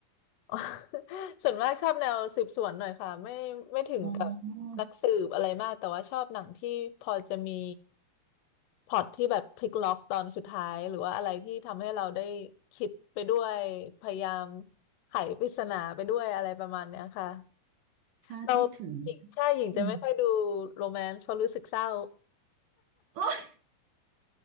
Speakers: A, on the left; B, on the right.
A: อ๋อ <laughs> ส่วนมากชอบแนวสืบสวนหน่อยค่ะ ไม่ไม่ถึงกับนักสืบอะไรมาก
B: อ๋อ
A: แต่ว่าชอบหนังที่พอจะมีพล็อตที่แบบพลิกล็อกตอนสุดท้ายหรือว่าอะไรที่ทำให้เราได้คิดไปด้วย พยายามไขปริศนาไปด้วยอะไรประมาณเนี้ยค่ะ
B: คาดไม่ถึง
A: เราหญิงใช่หญิงจะไม่ค่อยดู
B: อืม
A: โรแมนต์เพราะรู้สึกเศร้า
B: โอ้ย